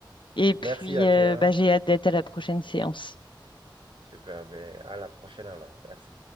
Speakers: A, on the left; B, on the right.
A: Et puis,
B: Merci à
A: euh,
B: toi.
A: bah, j'ai hâte d'être à la prochaine séance.
B: Super, ben à la prochaine alors. Merci.